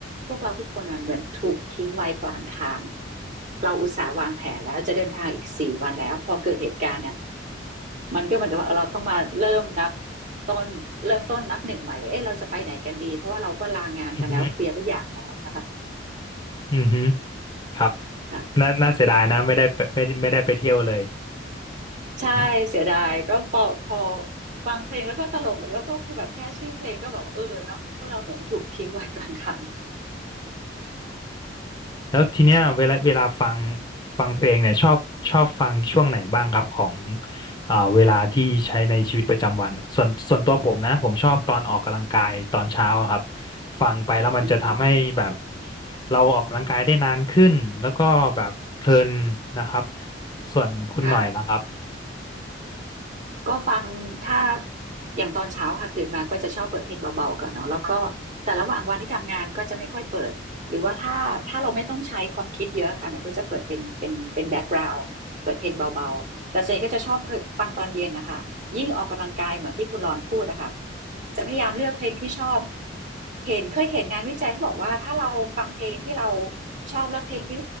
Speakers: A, on the right; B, on the left.
A: พวกเราทุกคนอ่ะเหมือนถูกทิ้งไว้กลางทางเราอุตส่าห์วางแผนแล้วจะเดินทางอีกสี่วันแล้วพอเกิดเหตุการณ์เนี่ยมันก็เหมือนกับว่าเราต้องมาเริ่มนับต้นเริ่มต้นนับหนึ่งใหม่ว่าเอ๊ะเราจะไปไหนกันดีเพราะว่าเราก็ลางานกันแล้วเคลียร์ทุกอย่างแล้วนะคะ
B: อือฮึอือฮึครับ
A: ค
B: น่าน่าเสียดายนะไม่ได้ไปไม่ได้ไม่ได้ไปเที่ยวเลย
A: ่ะ ใช่เสียดายก็พอพอ
B: <laughs>
A: ฟังเพลงแล้วก็ตลกแล้วก็คือแบบแค่ชื่อเพลงก็แบบเออเนาะพวกเราเหมือนถูกทิ้งไว้ <laughs> กลางทาง
B: แล้วทีเนี้ยเวลาเวลาฟังฟังเพลงเนี่ยชอบชอบฟังช่วงไหนบ้างครับของอ่าเวลาที่ใช้ในชีวิตประจำวันส่วนส่วนตัวผมนะผมชอบตอนออกกำลังกายตอนเช้าอะครับฟังไปแล้วมันจะทำให้แบบ
A: อืม
B: เราออกกำลังกายได้นานขึ้นแล้วก็แบบเพลินนะครับส่วนคุณหน่อยล่ะครับ
A: ค่ะ ก็ฟังถ้าอย่างตอนเช้าค่ะตื่นมาก็จะชอบเปิดเพลงเบาๆก่อนเนาะแล้วก็แต่ระหว่างวันที่ทำงานก็จะไม่ค่อยเปิดหรือว่าถ้าถ้าเราไม่ต้องใช้ความคิดเยอะค่ะหน่อยก็จะเปิดเป็นเป็นเป็นแบ็กกราวด์เปิดเพลงเบาๆแต่ส่วนใหญ่ก็จะชอบฟังตอนเย็นนะคะยิ่งออกกำลังกายเหมือนที่คุณรอนพูดนะคะจะพยายามเลือกเพลงที่ชอบเห็นเคยเห็นงานวิจัยเขาบอกว่าถ้าเราฟังเพลงที่เราชอบและเพลงที่